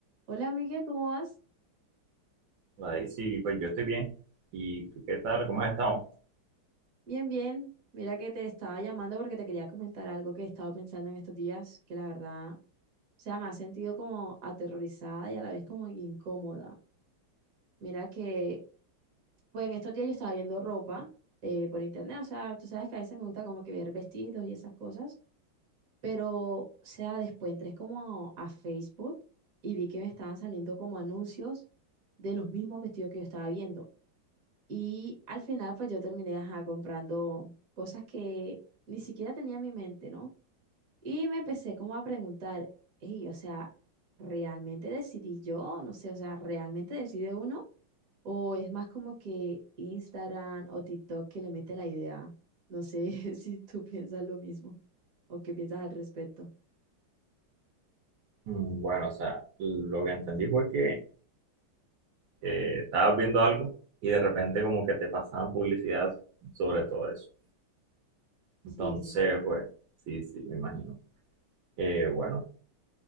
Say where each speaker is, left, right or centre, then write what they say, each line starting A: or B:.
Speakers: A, on the right; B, on the right.
A: Hola, Miguel, ¿cómo vas?
B: Vale, sí, pues yo estoy bien. ¿Y tú qué tal? ¿Cómo has estado?
A: Bien, bien. Mira que te estaba llamando porque te quería comentar algo que he estado pensando en estos días, que la verdad, o sea, me ha sentido como aterrorizada y a la vez como incómoda. Mira que, pues en estos días yo estaba viendo ropa eh, por internet, o sea, tú sabes que a veces me gusta como que ver vestidos y esas cosas, pero, o sea, después entré como a Facebook y vi que me estaban saliendo como anuncios de los mismos vestidos que yo estaba viendo. Y al final, pues yo terminé ajá, comprando cosas que ni siquiera tenía en mi mente, ¿no? Y me empecé como a preguntar, hey, o sea, ¿realmente decidí yo? No sé, o sea, ¿realmente decide uno? ¿O es más como que Instagram o TikTok que le mete la idea? No sé <laughs> si tú piensas lo mismo o qué piensas al respecto.
B: Mm, Bueno, o sea, lo que entendí fue que eh, estabas viendo algo y de repente como que te pasaban publicidad sobre todo eso.
A: Sí,
B: Entonces,
A: sí, sí.
B: pues, sí, sí, me imagino. Eh, bueno,